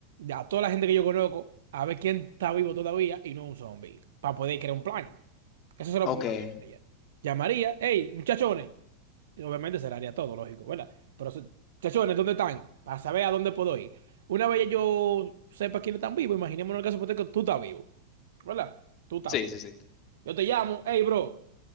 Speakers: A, on the right; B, on the left.
A: a toda la gente que yo conozco a ver quién está vivo todavía y no un zombie, para poder crear un plan. Eso es lo
B: Ok.
A: primero que yo haría. Llamaría, hey, muchachones. Y obviamente cerraría todo, lógico, ¿verdad? Pero, se- chachones, ¿dónde están? Para saber a dónde puedo ir. Una vez ya yo sepa quiénes están vivos, imaginémonos el caso hipotético, tú estás vivo, ¿verdad? Tú estás
B: Sí,
A: vivo.
B: sí, sí.
A: Yo te llamo, hey, bro,